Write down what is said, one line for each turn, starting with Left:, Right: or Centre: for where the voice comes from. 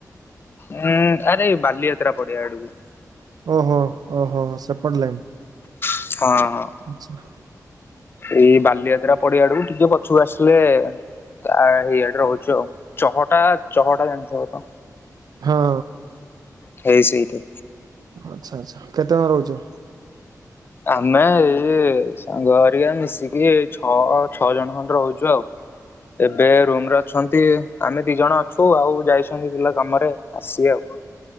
Left: ଉଁ ଆରେଇ ବାଲିଯାତ୍ରା ପଡଆ ଆଡକୁ
Right: ଓହୋ ଓହୋ ହୋ ସେପଡ଼ିଲନ
Left: ହଁ
Right: ଆଚ୍ଛା
Left: ଏଇ ବାଲିଯାତ୍ରା ପଡିଆଡକୁ ଟିକେ ପଛକୁ ଆସିଲେ ଆ ଏଇଆଡେ ରହୁଛି ଆଉ ହଟା ଚଛହଟା ଜାଣିଛ ତ
Right: ହଁ
Left: ହେଇ ସେଇଟା
Right: ଆଚ୍ଛା ଆଚ୍ଛା କେତେ ଟଙ୍କା ରହୁଛ
Left: ଆମେ ଏଇ ସାଙ୍ଗ ଆରିକା ମିଶିକି ଏଇ ଛଅ ଛଅ ଜଣ ଖଣ୍ଡେ ରହୁଛୁ ଆଉ
Right: ହଁ
Left: ଏବେ ରୁମ ରେ ଅଛନ୍ତି ଆମେ ଦି ଜଣ ଅଛୁ ଆଉ ଯାଇଛନ୍ତି ପିଲା କାମରେ ଆସିବ ଆଉ